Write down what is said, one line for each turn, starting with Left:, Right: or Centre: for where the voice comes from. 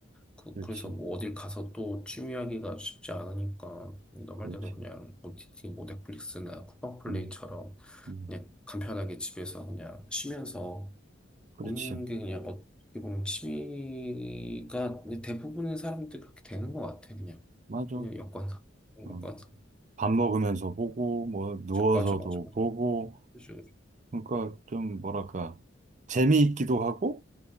Centre: 그,
Right: 그렇지
Centre: 그래서 뭐, 어딜 가서 또 취미하기가 쉽지 않으니까, 너
Right: 그렇지
Centre: 말대로 그냥, OTT, 뭐, 넷플릭스나 쿠팡플레이처럼,
Right: 음, 음,
Centre: 그냥 간편하게 집에서 그냥 쉬면서
Right: 그렇지
Centre: 보는 게 그냥 어떻게 보면 취미가 대부분의 사람들이 그렇게 되는 것 같아, 그냥.
Right: 맞아
Centre: 그냥 여건상. 여건상.
Right: 어, 밥 먹으면서 보고 뭐 누워서도
Centre: 맞아 맞아 맞아
Right: 보고
Centre: 그죠, 그죠.
Right: 그러니까 좀 뭐랄까 재미있기도 하고